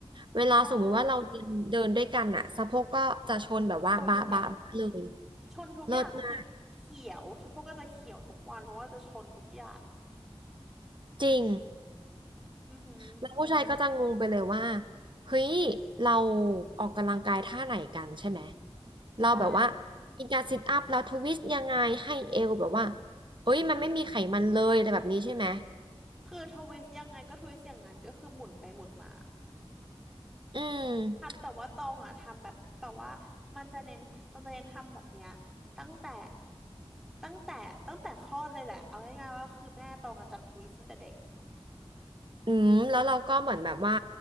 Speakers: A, on the right (about 50°); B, in the centre.
A: เวลาสมมุติว่าเราเดินเดินด้วยกันอะสะโพกก็จะชนแบบว่าบะบะบะเลย
B: ใช่คนกัน ชนทุกอย่างคือเขียวเฉพาะก็จะเขียวทุกวันเพราะว่าจะชนทุกอย่าง
A: เลิศมากจริง
B: อือหือ
A: แล้วผู้ชายก็จะงงไปเลยว่าเฮ้ยเราออกกำลังกายท่าไหนกันใช่ไหมเราแบบว่า
B: ใช่
A: มีการซิทอัพแล้วทวิสต์ยังไงให้เอวแบบว่าเอ้ยมันไม่มีไขมันเลยอะไรแบบนี้ใช่ไหม
B: คือทวิสต์ยังไงก็ทวิสต์อย่างนั้นก็คือหมุนไปหมุนมา
A: อืม
B: ทำแต่ว่าตองอ่ะทำแบบแต่ว่ามันจะเน้นตองจะเน้นทำแบบเนี้ยตั้งแต่ตั้งแต่ตั้งแต่คลอดเลยแหละเอาง่ายๆว่าคือแม่ตองอะจับทวิสต์ตั้งแต่เด็ก
A: อืมแล้วเราก็เหมือนแบบว่า